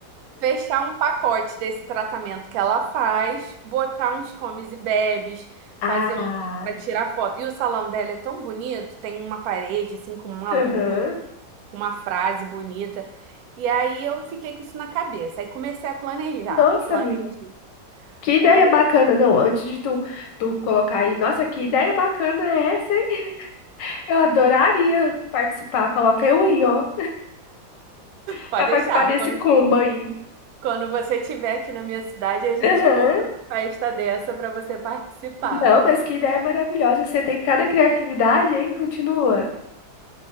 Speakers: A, on the right (about 70°); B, on the left (about 80°).
A: fechar um pacote desse tratamento que ela faz, botar uns comes e bebes,
B: Ah,
A: fazer um para tirar foto. E o salão dela é tão bonito, tem uma parede assim com uma
B: aham.
A: luz, com uma frase bonita. E aí eu fiquei com isso na cabeça. Aí comecei a planejar,
B: Nossa,
A: planejei,
B: amiga. Que ideia
A: planejei.
B: bacana. Não, antes de tu, tu colocar aí, nossa, que ideia bacana é essa, hein? <laughs> Eu adoraria participar. Coloca eu aí, ó, <laughs>
A: Pode
B: para participar
A: deixar.
B: desse
A: Quando,
B: combo aí.
A: quando você estiver aqui na minha cidade, a gente
B: Aham.
A: monta uma festa dessa para você participar.
B: Não, mas que ideia maravilhosa. Você tem cada criatividade, hein? Continua.